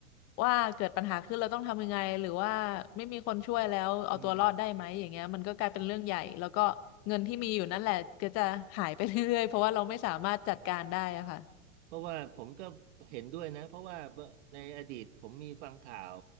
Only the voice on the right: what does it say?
อืม เพราะว่าผมก็เห็นด้วยนะเพราะว่าในอดีตผมมีฟังข่าว